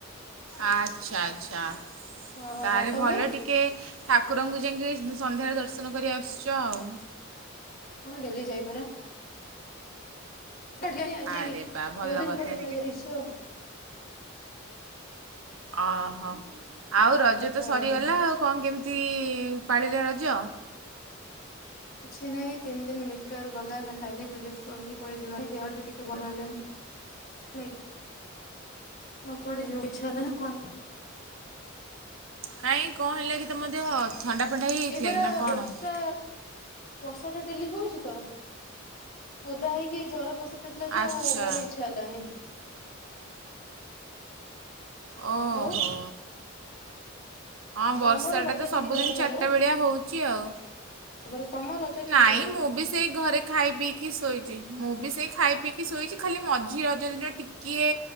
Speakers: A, on the right; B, on the left.
A: ଆଚ୍ଛା ଆଚ୍ଛା
B: ହଁ
A: ତାହେଲେ
B: ତମେ
A: ଭଲ ଟିକେ ଠା କୁରଙ୍କୁ ଯାଇକି ସନ୍ଧ୍ୟାରେ ଦର୍ଶନ କରି ଆସୁଛ ଆଉ।
B: ହଁ ଡେଲି ଯାଇ ପାରେ। ଡେଲି ଆଜି
A: ଆରେ
B: ବହୁତ
A: ବା ଭଲ
B: ଦିନ
A: କଥା
B: ପରେ କହି ଯାଇଛି ଆଉ।
A: ଅ ହଁ ଆଉ ରଜ ତ
B: ହଁ
A: ସରିଗଲା ଆଉ କଣ କେମିତି ଇ ଇ ପାଳିରେ ରଜ?
B: କିଛି ନାଇଁ ତିନି ଦିନ ବେକାର ଗଲା ଖାଇ ପୁଲି ପଯିବା ଦେହୁ ଟିକେ ଭଲ ହେଲାନି ଆଉ ଯିବ କେ ଛୁଆଦ ନା କଣ। <inaudible>
A: କାଇଁ କଣ ହେଲା କି ତମ ଦେହ? ଥଣ୍ଡା ଫଣ୍ଡା ହେଇଯାଇଥିଲା
B: ଏପାର
A: କି ନା କଣ?
B: ବର୍ଷା ବର୍ଷା ଟା ଡେଲି ହଉଛି ତ ଓଦା ହେଇକି ଜର ପ ସି ଯାଇଥିଲା ଯେ
A: ଆଚ୍ଛା
B: ଗୋଡେ ଇଚ୍ଛା ହେଲାନି।
A: ଓହୋ।
B: ଆଉ
A: ହଁ
B: ଆଉ
A: ବର୍ଷାଟା
B: ତମର ରଜ
A: ତ
B: କେମିତି
A: ସବୁଦିନ
B: ଗଲା କହିଲ
A: ଚାରିଟା ବେଳିଆ ହଉଛି ଆଉ।
B: ତାପରେ ତମ ରଜ କେମିତି
A: ନାଇଁ
B: ଗଲା
A: ମୁଁ
B: କୁହ?
A: ବି ସେଇ ଘରେ ଖାଇ ପିଇକି ଶୋଇଛି ମୁଁ ବି ସେଇ ଖାଇ ପିଇକି ଶୋଇଛି ଖାଲି ମଝି ରଜ ଦିନ ଟିକିଏ